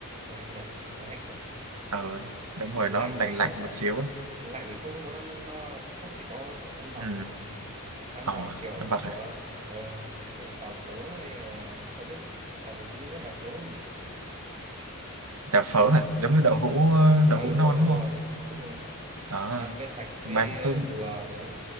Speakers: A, on the right (about 30°); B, on the right (about 80°).
A: lạnh à lạnh à
B: ờ đúng rồi
A: lạnh
B: nó lạnh
A: thì
B: lạnh
A: ờ,
B: một xíu ấy
A: lạnh thì không có món ăn no đâu chắc chỉ có kiểu ăn vặt
B: ừ
A: thôi ăn
B: ờ
A: vặt kiểu
B: ăn vặt
A: có
B: hả
A: ờ, kiểu tàu phớ hay là ông biết ở Hồ Chí Minh có tàu phớ không nhỉ
B: chả phở hả giống như đậu hũ đậu
A: ờ
B: hũ
A: đúng
B: non
A: rồi
B: đúng
A: đúng
B: không
A: rồi đúng rồi
B: ờ
A: ăn với thạch
B: mà
A: với
B: tôi
A: ờ, dừa đấy